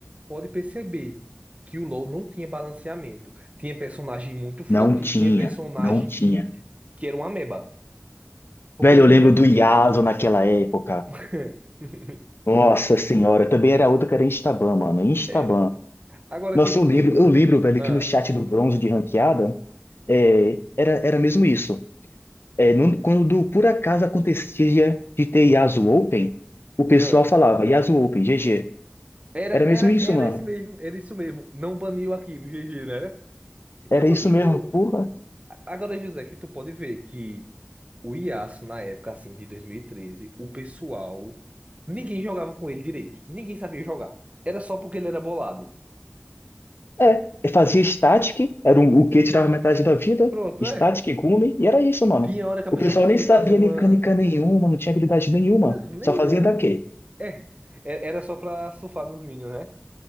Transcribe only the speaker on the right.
pode perceber que o LoL não tinha balanceamento. Tinha personagem muito forte
e tinha personagem
que, que era uma ameba. Porque
a gente.
<laughs>
Era. Agora
que.
Ah,
ah.
Era,
era,
era
isso mesmo, era isso mesmo. Não baniu aquilo, GG, né? era?
E quando,
e
quando.
Agora, José, que tu pode ver que o Yasuo, na época assim, de 2013 o pessoal. Ninguém jogava com ele direito. Ninguém sabia jogar. Era só porque ele era bolado.
Pronto,
é.
Tinha hora que a
pessoa
conseguia
fazer uma.
Não, nenhuma.
É. É- Era só pra surfar nos Minions, né?